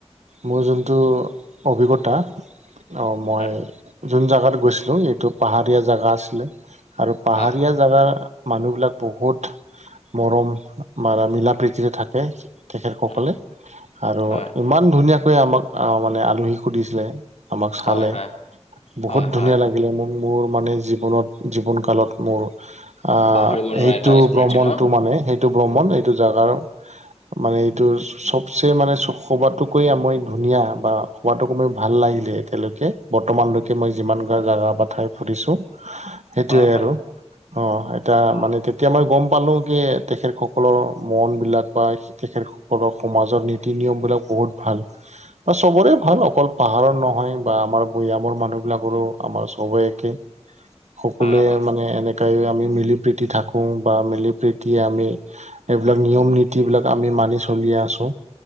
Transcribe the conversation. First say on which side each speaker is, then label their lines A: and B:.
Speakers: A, on the right; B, on the left.
A: মোৰ যোনটো অভিজ্ঞতা। অঁহ মই
B: হয়
A: যোন জেগাত গৈছিলোঁ, এইটো পাহাৰীয়া জাগা আছিলে। আৰু পাহাৰীয়া
B: হয়
A: জাগাৰ। মানুহবিলাক বহুত মৰম, মৰা মিলা প্ৰীতিৰে থাকে। তেখেত
B: উম,
A: সকল, আৰু
B: হয়,
A: ইমান ধুনীয়াকৈ আমাক আহ, মানে আলহী সুধিছিলে। আমাক চালে,
B: হয়, হয়,
A: বহুত
B: হয়, হয়।
A: ধুনীয়া লাগে। মোৰ, মোৰ মানে জীৱনত, জীৱন কালত মোৰ আহ,
B: পাহৰিব নোৱাৰা
A: সেইটো
B: এটা স্মৃতি
A: ভ্ৰমণটো
B: ন?
A: মানে, সেইটো এইটো ভ্ৰমণ, এইটো জেগাৰ, মানে এই টো, চবচে মানে, সবাতোকৈ মই ধুনীয়া বা হোৱাটোকো মোৰ ভাল লাগিলে এতিয়ালৈকে, বৰ্তমানলৈকে মই যিমান গা, জাগা বা ঠাই ফুৰিছোঁ। সেইটোয়ে
B: হয়, হয়,
A: আৰু, অ', এটা
B: হয়,
A: মানে তে এতিয়া মই গম পালো কি তেখেতসকলৰ মনবিলাক বা তেখেত সকলৰ সমাজৰ নীতি নিয়মবিলাক, বহুত ভাল। বা চবৰে ভাল।
B: হয়,
A: অকল পাহাৰৰ নহয়, বা আমাৰ ভৈয়ামৰ মানুহবিলাকৰো আমাৰ চবে একে। সকলোৱে
B: হয়, হয়,
A: মানে এনে কেই আমি মিলি প্ৰীতি থাকো, বা মিলি প্ৰীতি আমি এইবিলাক, নিয়ম নীতি বিলাক আমি মানি চলিয়ে আছো।